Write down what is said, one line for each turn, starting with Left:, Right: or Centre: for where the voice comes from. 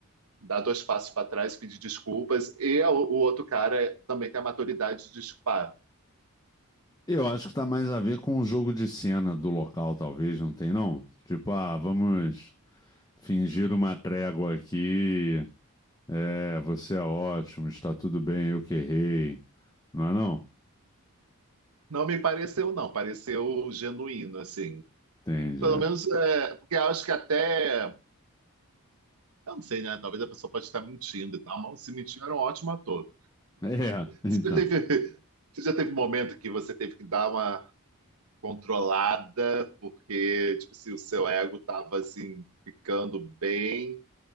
Right: dar dois passos para trás, pedir desculpas. E a- o outro cara também tem a maturidade de desculpar.
Left: Eu acho que tá mais a ver com o jogo de cena do local, talvez, não tem, não? Tipo, ah, vamos fingir uma trégua aqui. É, você é ótimo, está tudo bem, eu que errei. Não é, não?
Right: Não me pareceu, não. Pareceu genuíno, assim.
Left: entende
Right: Pelo menos, é, porque eu acho que até... Eu não sei, né? Talvez a pessoa pode estar mentindo e tal, mas se mentiu, era um ótimo ator.
Left: É, então.
Right: Você já teve, <laughs> você já teve momento que você teve que dar uma controlada, porque tipo, se o seu ego tava assim ficando bem